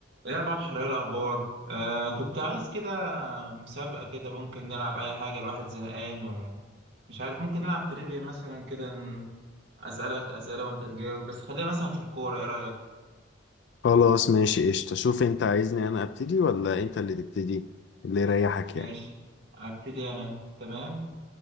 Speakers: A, on the right (about 55°); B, on the left (about 60°).
A: يا بحر ايه الاخبار آه كنت عايز كده مسابقة كده ممكن نلعب اي حاجة الواحد زهقان ومش عارف ممكن نلعب تريفيا مثلا كده ن- اسألك اسئلة وانت تجاوب بس خليها مثلا في الكورة ايه رأيك
B: خلاص ماشي قشطة شوف انت عايزني انا ابتدي ولا انت اللي تبتدي اللي يريحك
A: ماشي
B: يعني
A: ابتدي انا تمام